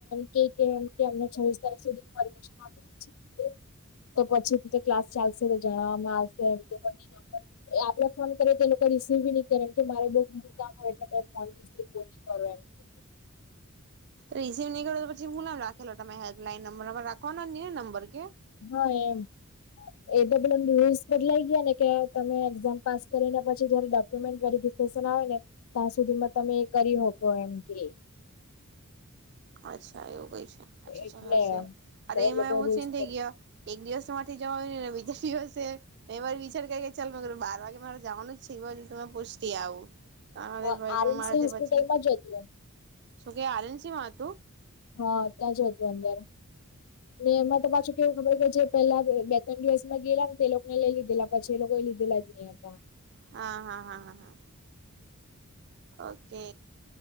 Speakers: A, on the left (about 75°); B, on the right (about 50°).
A: કે કેય કે કે અમને છવીસ તારીખ સુધીની પરીક્ષા આપલી છે તો પછી થી જે ક્લાસ ચાલશે જણવામાં <unintelligible> એ આપડે ફોન કરી એ લોકો રિસીવ બી ની કરે એમ કે મારે બહ મોટું કામ હોય એટલે ફોન રિસીવ નહી કરો એમ કે.
B: રિસીવ નહીં કરો તો પછી હું નામ રાખેલો તમા હેલ્પલાઈન નંબર તમારે રાખવાનો જ ની હે નંબર કે
A: હ એમ એ બલ રૂલ્સ બદલાઈ ગયા ને કે તમે એક્ઝામ પાસ કરીને પછી જયારે ડોક્યુમેન્ટ વેરિફ આવે ને ત્યાં સુધીમાં તમે એ કરી હકો એમ કે
B: અચ્છા એવું કઈ છે. અચ્છા
A: એટલે
B: ચાલ હશે
A: એમ
B: અરે
A: તો એ
B: એમાં
A: લોકો
B: એવો
A: રૂલ્સ
B: સીન થઈ ગયા એક દિવસ માટેથી જવાયુની ને દિવસે મે એમજ વિચાર કર્યે કે ચાલ મર બાર વાગે મારે જવાનું જ છે એ બાજુ તો મેં પોસ્ટતી આવું તારે
A: આરએમસી
B: ભાઈ પણ મારા
A: હોસ્પિટલમાં
B: થી પછી
A: જ હતું
B: શું કે આર્યન સેમાં હ
A: હા ત્યાં જ હતું અંદર એમાં તો પાછું કેવું ખબર કે જે પેલા બે બે ત્રણ દિવસ માં ગેલા, ને તે લોકો ને લઈ લીધેલા પછી, એ લોકો લીધેલા જ નહી હતા
B: હા, હા, હા હા, હા ઓકે